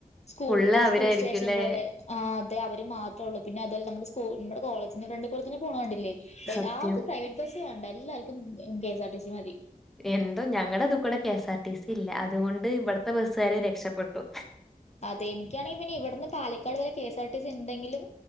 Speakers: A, on the left (about 45°); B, in the centre.
A: സ്കൂൾ
B: ഫുള്ള് അവരായിരിക്കുംല്ലേ
A: സ്കൂൾ സ്റ്റേഷം പോലെ അതേ അവര് മാത്രേ ഉള്ളൂ പിന്നെ അതുപലെ നമ്മുടെ സ്കൂൾ നമ്മുടെ കോളേജിന്റെ ഫ്രണ്ടിൽ കൂടെത്തന്നെ പോക്കണത് കണ്ടില്ലേ എല്ലാവർക്കും
B: സത്യം
A: പ്രൈവറ്റ് ബസ്സ ഉണ്ട് എല്ലാവർക്കും കെഎസ്ആർടി സി മതി
B: എന്തോ ഞങ്ങളുടെ അതു കൂടെ കെഎസ് ആർ ടി സി ഇല്ല അതുകൊണ്ട് ഇവിടത്തെ ബസ്സുകാർ രക്ഷപ്പെെട്ടു
A: അതെ എനിക്കാണെങ്കിൽ പിന്നെ ഇവിടുന്ന് പാലക്കാട് വരെ കെ എസ്ആർ ടി സി ഉണ്ടെങ്കിലും